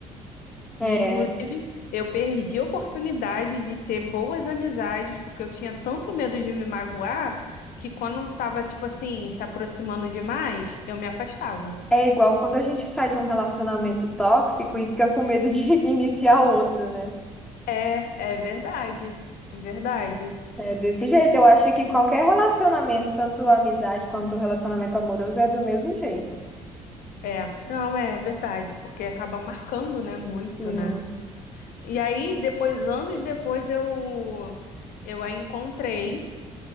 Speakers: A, in the centre; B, on the left (about 60°).
A: É,
B: E, inclusive, eu perdi a oportunidade de ter boas amizades, porque eu tinha tanto medo de me magoar, que quando tava, tipo assim, se aproximando demais, eu me afastava.
A: é igual quando a gente sai de um relacionamento tóxico e fica com medo de <laughs> iniciar outro, né?
B: É, é verdade, é verdade.
A: É desse
B: E-
A: jeito. Eu acho que qualquer relacionamento, tanto a amizade quanto o relacionamento amoroso, é do mesmo jeito.
B: É, não, é verdade, porque acaba marcando, né, muito,
A: Sim.
B: né? E aí, depois, anos depois, eu, eu a encontrei